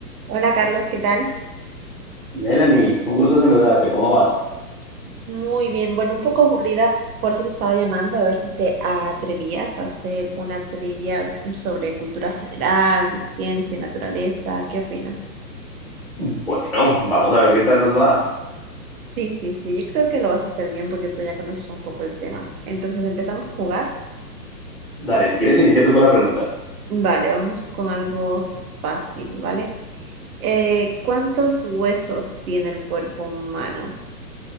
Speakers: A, on the right; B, in the centre.
A: Hola Carlos, ¿qué tal?
B: Melanie, un gusto saludarte, ¿cómo vas?
A: Muy bien, bueno, un poco aburrida, por eso te estaba llamando a ver si te atrevías a hacer una trivia sobre cultura general, de ciencia, naturaleza, ¿qué opinas?
B: Bueno, vamos a ver qué tal nos va.
A: Sí, sí, sí, yo creo que lo vas a hacer bien porque tú ya conoces un poco el tema. Entonces, ¿empezamos a jugar?
B: Dale, si quieres inicia tú con la pregunta.
A: Vale, vamos con algo fácil, ¿vale? Eh, ¿cuántos huesos tiene el cuerpo humano?